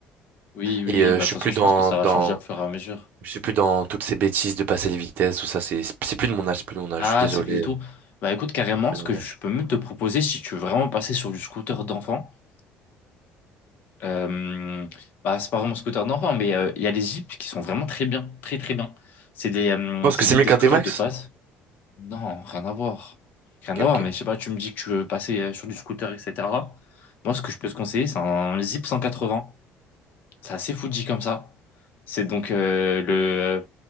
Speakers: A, on the left; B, on the right.
A: Oui, oui,
B: Et euh,
A: bah,
B: je
A: de
B: suis
A: toute
B: plus
A: façon, je
B: dans,
A: pense que ça
B: dans,
A: va changer au fur et à mesure.
B: Je suis plus dans toutes ces bêtises de passer les vitesses, tout ça, c'est c'est plus de mon âge, c'est plus de mon âge,
A: Ah,
B: je suis désolé,
A: c'est plutôt.
B: euh,
A: Bah, écoute, carrément,
B: c'est plus
A: ce
B: de
A: que
B: mon
A: je
B: âge.
A: peux même te proposer, si tu veux vraiment passer sur du scooter d'enfant, euh, bah, c'est pas vraiment scooter d'enfant, mais euh, il y a les Jeeps qui sont vraiment très bien, très très bien. C'est des, euh,
B: Je pense
A: c'est
B: que c'est
A: donc
B: mieux
A: des
B: qu'un
A: scooters
B: T-Max?
A: de base. Non, rien à voir. Rien
B: Ok,
A: à voir,
B: ok.
A: mais je sais pas, tu me dis que tu veux passer euh, sur du scooter, etc. Moi, ce que je peux te conseiller, c'est un Zip 180. C'est assez Fuji comme ça. C'est donc euh, le. euh,